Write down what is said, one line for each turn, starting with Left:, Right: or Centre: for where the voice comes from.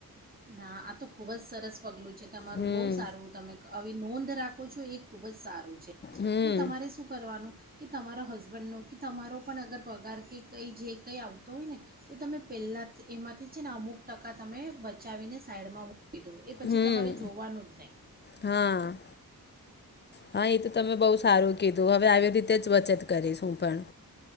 Right: ના આ તો ખુબ જ સરસ પગલું છે તમારું
Left: હમ
Right: બહુ સારું તમે આવી નોંધ રાખો છો એક- ખુબ જ સારું છે
Left: હમ
Right: અને તમારે શું કરવાનું. કે તમારો હસબન્ડનો કે તમારો પણ અગર પગાર કે કંઈ જે કંઈ આવતો હોય ને તો તમે પહેલાં એમાંથી છે ને અમુક ટકા તમે બચ પચાવીને સાઈડમાં કીધું એ પછી
Left: હમ
Right: તમારે જોવાનું જ નહીં
Left: હા હા એ તો તમે બઉુ સારું કીધું હવે આવી રીતે જ બચત કરીશું પણ